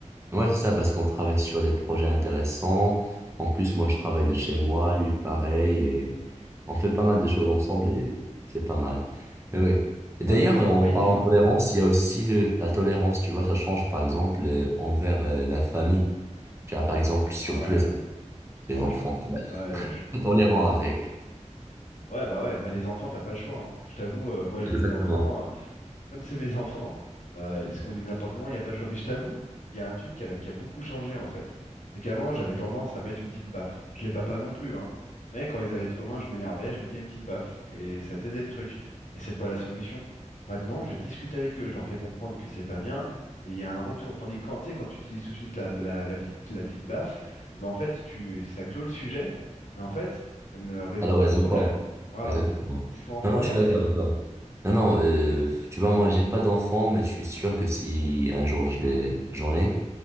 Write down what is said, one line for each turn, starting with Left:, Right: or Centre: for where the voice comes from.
Right: ouais, c'est ça, parce qu'on travaille sur des projets intéressants. En plus, moi, je travaille de chez moi, lui, pareil, et on fait pas mal de choses ensemble, et c'est pas mal. Mais ouais. Et d'ailleurs,
Left: Par contre,
Right: euh, en
Left: oui,
Right: parlant
Left: dis-moi.
Right: de tolérance, il y a aussi le, la tolérance, tu vois, ça change, par exemple, euh, envers euh, la famille. Tu vois, par exemple, surtout
Left: Ah ouais,
Right: les, les
Left: ouais,
Right: enfants,
Left: je vois.
Right: tu vas être
Left: Ouais, je-
Right: très tolérant avec.
Left: ouais, bah ouais, bah les enfants, t'as pas le choix. hein. Je t'avoue, euh, moi j'ai
Right: Exactement.
Left: des enfants. euh, comme c'est mes enfants, euh, ils se conduisent n'importe comment, il n'y a pas le choix. Mais je t'avoue, il y a un truc qui a, qui a beaucoup changé en fait. C'est qu'avant, j'avais tendance à mettre une petite baffe. Je les bats pas non plus, hein. Mais quand ils allaient trop loin, je m'énervais, je mettais une petite baffe. Et ça taisait le truc. Mais c'est pas la solution. Maintenant, je discute avec eux, je leur fais comprendre que c'est pas bien, et il y a un retour. Tandis que quand tu sais, quand tu utilises tout de suite la, la- la petite, la petite baffe, et ben en fait, tu, ça clôt le sujet, mais en fait, ça ne résout
Right: Alors
Left: pas
Right: le
Left: le problème.
Right: pas.
Left: Voilà.
Right: Exactement.
Left: Il faut en parler
Right: Non, non, je suis
Left: en
Right: d'accord
Left: fait.
Right: avec toi. Non, non, euh, tu vois, moi, j'ai pas d'enfant, mais je suis sûr que si un jour je l'ai, j'en ai,